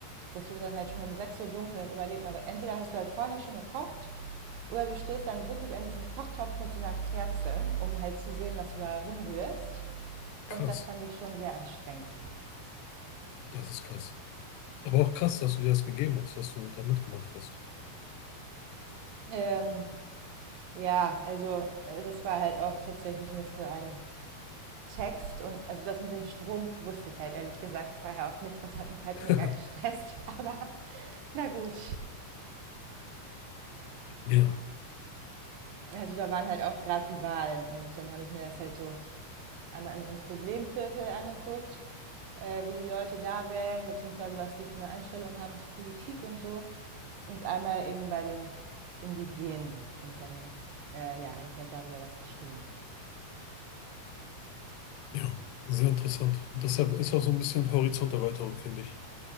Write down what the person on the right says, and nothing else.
das wird dann halt schon um 6 Uhr dunkel und überleg mal, entweder hast du halt vorher schon gekocht oder du stehst dann wirklich an diesem Kochtopf mit so einer Kerze, um halt zu sehen, was du da rumrührst.
Und das fand ich schon sehr anstrengend.
Ähm, ja, also äh, das war halt auch tatsächlich nur für einen Text und also das mit dem Strom wusste ich halt ehrlich gesagt vorher auch nicht. Das hat mich halt
mega gestresst, <laughs> aber na gut.
Also da waren halt auch gerade die Wahlen und dann habe ich mir das halt so einmal in so einem Problemviertel angeguckt, äh, wie die Leute da wählen, beziehungsweise was die für eine Einstellung haben zur Politik und so. Und einmal eben bei den Indigenen. Und dann, äh, ja, habe ich halt darüber was geschrieben.